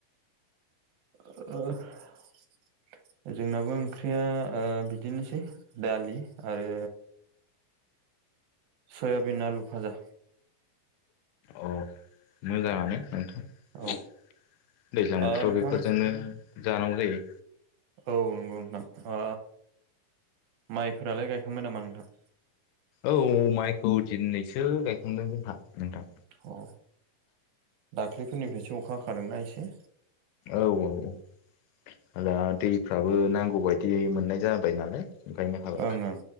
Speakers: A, on the right (about 75°); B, on the left (about 80°).
A: <inaudible> जोंनाबो ओंख्रिया बिदिनोसै दालि आरो सयाबिन आलु भाजा।
B: अ। मोजाङानो नोंथां
A: औ
B: दैज्लां
A: ओ
B: बोथोराव
A: नोंथां
B: बेफोरजोंनो जानांगौ जायो।
A: औ नंगौ नोंथां माइफोरालाय गायखांबाय नामा नोंथां?
B: औ माइखौ दिनैसो गायखांदों जोंहा नोंथां।
A: अ दाख्लैफोरनिफ्रायसो अखा हाखादोंना एसे
B: औ औ दा दैफ्राबो नांगौ बायदि मोननाय जाबाय नालाय। गायनो हाबाय
A: ओं ओं।